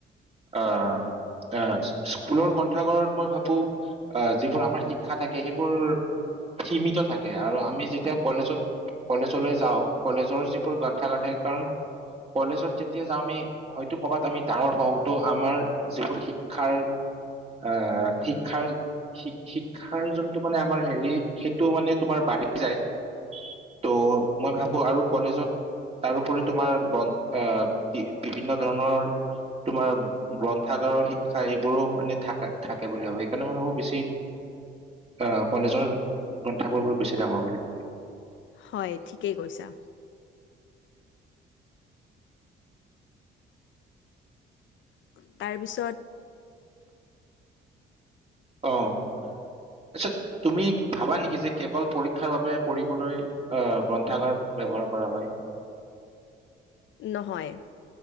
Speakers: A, on the right; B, on the left.
A: অহ অহ স্কুলৰ গ্ৰন্থাগৰত মই ভাবো আহ যিবোৰ আমাৰ শিক্ষা থাকে সেইবোৰ সীমিত থাকে আৰু আমি যেতিয়া কলেজত কলেজলৈ যাওঁ কলেজৰ যিবোৰ গ্ৰন্থাগাৰ থাকে কাৰণ কলেজত যেতিয়া যাওঁ আমি হয়তো কৰ'বাত আমি ডাঙৰ হওঁ তো আমাৰ যিবোৰ শিক্ষাৰ আহ শিক্ষাৰ শিক শিক্ষা হয় যোনটো মানে আমাৰ হেৰি সেইটো মানে তোমাৰ বাঢ়ি যায় ত' মই ভাবো আৰু কলেজত তাৰোপৰি তোমাৰ গ্ৰন্ আহ বিভিন্ন ধৰণৰ তোমাৰ গ্ৰন্থাগাৰৰ শিক্ষা সেইবোৰো মানে থাকে থাকে বুলি ভাবো সেইকাৰণে মই ভাবো বেছি হয় কলেজৰ গ্ৰন্থাবোৰবোৰ বেছি ডাঙৰ বুলি ভ
B: হয় ঠিকেই কৈছা <unintelligible> তাৰপিছত
A: অহ আচছা তুমি ভাবা নেকি যে কেৱল পৰীক্ষাৰ বাবে পঢ়িবলৈ অহ গ্ৰন্থাগাৰ ব্যৱহাৰ কৰা হয়
B: নহয়